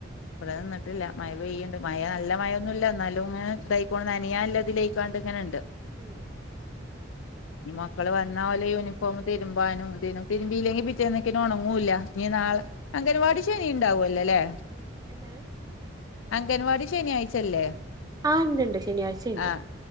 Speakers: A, on the left; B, on the right.
A: ഇവിടെ നിന്നിട്ടില്ല മഴ പെയ്യ്ണ്ട് മഴ നല്ല മഴൊന്നുല്ല എന്നാലും ഇങ്ങനെ ഇതായിക്കോണ്ട് നനയാള്ളത് ഇതിലേ ക്കാണ്ട് ഇങ്ങനെണ്ട്
B: ഉം
A: ഇനി മക്കള് വന്നാ ഓലെ യൂണിഫോം തിരുമ്പാനും ഇതിനും തിരുമ്പിയില്ലെങ്കിൽ പിറ്റേന്ന്ക്ക്ണ് ഉണങ്ങൂല്ല ഇനി നാളെ അംഗനവാടി ശനി ഇണ്ടാവല്ലോല്ലേ
B: എന്താണ്
A: അംഗൻവാടി ശനിയാഴ്ചല്ലേ
B: ആഹ ഇണ്ട് ഇണ്ട് ശനിയാഴ്ചയിണ്ട്
A: ആഹ്